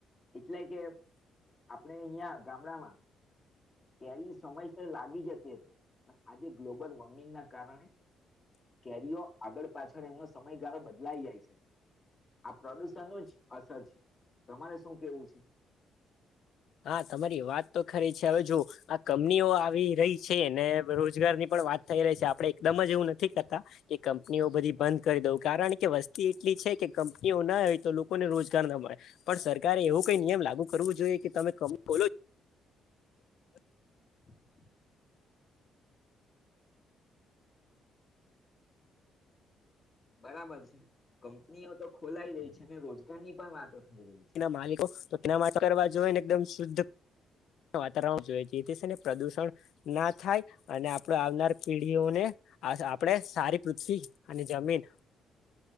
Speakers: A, on the left (about 35°); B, on the left (about 75°).
A: એટલે કે આપણે અહિયાં ગામડામાં. કેરી સમયસર લાગી જતી હતી પણ આજે ગ્લોબલ વોર્મિંગ ના કારણે કેરીઓ આગળ પાછળ એમનો સમયગાળો બદલાઈ જાય છે આ પ્રદુષણ નો જ અસર છે તમારે શું કેવું છે.
B: હા તમારી વાત તો ખરી છે હવે જોુ આ કંપનીઓ આવી રહી છે ને રોજગારની પણ વાત થઈ રહી છે આપડે એકદમ જ એવું નથી કરતા કે કંપનીઓ બધી બંધ કરી દઉં કારણ કે વસ્તી એટલી છે કે કંપનીઓ ના હોય તો લોકોને રોજગાર ન મળે પણ સરકારે એવું કઈ નિયમ લાગુ કરવું જોઈએ કે તમે. કમ બોલો
A: <inaudible> બરાબર છે કંપનીઓ તો ખોલાઈ રહી છે ને રોજગાર ની પણ વાતો થઈ રહી છે
B: તે માલિકો તો <unintelligible> જો ને એકદમ શુદ્ધ વાતાવરણ જોય જેથી સેને પ્રદૂષણ ના થાય. અને આપડ આવનાર પેઢીઓને આપણેે સારી પૃથ્વી અને જમીન.